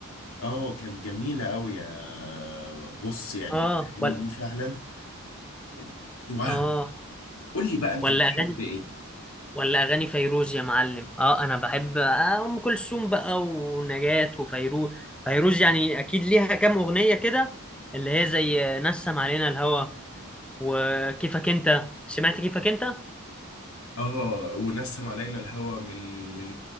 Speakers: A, on the left (about 70°); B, in the centre.
A: اه كانت جميلة أوي يا بص يعني
B: اه
A: الأغاني
B: ولا
A: دي فعلا آه، وهم
B: اه
A: قول لي بقى أنت
B: ولا
A: بتحب
B: اغاني
A: إيه؟
B: ولا اغاني فيروز يا معلم اه انا بحب آه، ام كلثوم بقى ونجاة وفيروز فيروز يعني اكيد ليها كام اغنيه كده اللي هي زي نسم علينا الهوى وكيفك انت سمعت كيفك انت
A: اه ونسم علينا الهوى من من